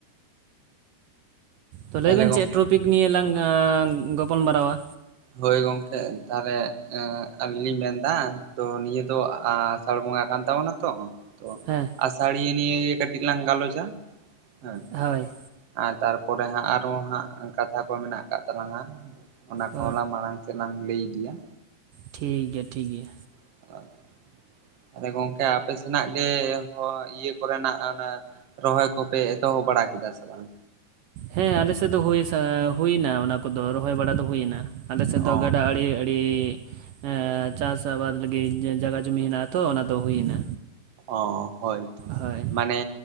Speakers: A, on the right; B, on the right.
A: ᱛᱚ
B: ᱛᱟᱦᱚᱞᱮ
A: ᱞᱟᱹᱭ ᱵᱮᱱ
B: ᱜᱚᱝᱠᱮ
A: ᱪᱮᱫ ᱴᱨᱚᱯᱤᱠ ᱱᱤᱭᱮ ᱞᱟᱝ ᱜᱟᱯᱟᱞᱢᱟᱨᱟᱣᱟ᱾
B: ᱦᱳᱭ ᱜᱚᱝᱠᱮ ᱛᱟᱦᱚᱞᱮ ᱟᱹᱞᱤᱧ ᱞᱤᱧ ᱢᱮᱱ ᱫᱟ ᱛᱚ ᱱᱤᱭᱟᱹ ᱫᱚ ᱟ ᱥᱟᱲ ᱵᱚᱸᱜᱟ ᱠᱟᱱ ᱛᱟᱵᱚᱱᱟ ᱛᱚ ᱛᱚ
A: ᱦᱮᱸ
B: ᱟᱥᱟᱹᱲᱤ ᱱᱤᱭᱮ ᱜᱮ ᱠᱟᱹᱴᱤᱡ ᱞᱟᱝ ᱜᱟᱞᱚᱪᱟ ᱦᱮᱸ᱾
A: ᱦᱳᱭ᱾
B: ᱟᱨ ᱛᱟᱨᱯᱚᱨᱮ ᱦᱟᱸᱜ ᱟᱨᱦᱚ ᱦᱟᱸᱜ ᱠᱟᱛᱷᱟ ᱠᱚ ᱢᱮᱱᱟᱜ ᱠᱟᱜ ᱛᱟᱞᱟᱝᱟ ᱚᱱᱟ ᱠᱚᱦᱚᱞᱟᱝ
A: ᱚ
B: ᱢᱟᱲᱟᱝ ᱥᱮᱞᱟᱝ ᱞᱟᱹᱭ ᱤᱫᱤᱭᱟ᱾
A: ᱴᱷᱤᱠ ᱜᱮᱭᱟ ᱴᱷᱤᱠ ᱜᱮᱭᱟ᱾
B: <inaudible> ᱟᱫᱚ ᱜᱚᱝᱠᱮ ᱟᱯᱮ ᱥᱮᱱᱟᱜ ᱜᱮ ᱦᱚ ᱤᱭᱟᱹ ᱠᱚᱨᱮᱱᱟᱜ ᱚᱱᱮ ᱨᱚᱦᱚᱭ ᱠᱚᱯᱮ ᱮᱛᱚᱦᱚᱵ ᱵᱟᱲᱟ ᱠᱮᱫᱟ ᱥᱮ ᱵᱟᱝ?
A: ᱦᱮᱸ ᱟᱞᱮᱥᱮᱫ ᱫᱚ ᱦᱩᱭ ᱥᱟ ᱮᱸ ᱦᱩᱭᱱᱟ ᱚᱱᱟ ᱠᱚᱫᱚ ᱨᱚᱦᱚᱭ ᱵᱟᱲᱟ ᱫᱚ ᱦᱩᱭ ᱮᱱᱟ᱾ ᱟᱞᱮ ᱥᱮᱫ
B: ᱚ
A: ᱫᱚ ᱜᱟᱰᱟ ᱟᱲᱮ ᱟᱹᱲᱤ ᱮᱸ ᱪᱟᱥ ᱟᱵᱟᱫᱽ ᱞᱟᱹᱜᱤᱫ ᱡᱟᱜᱟ ᱡᱩᱢᱤ ᱦᱮᱸᱱᱟᱜ ᱟᱛᱚ ᱚᱱᱟ ᱫᱚ ᱦᱩᱭᱱᱟ᱾
B: ᱚ ᱦᱳᱭ ᱛᱚ
A: ᱦᱳᱭ
B: ᱢᱟᱱᱮ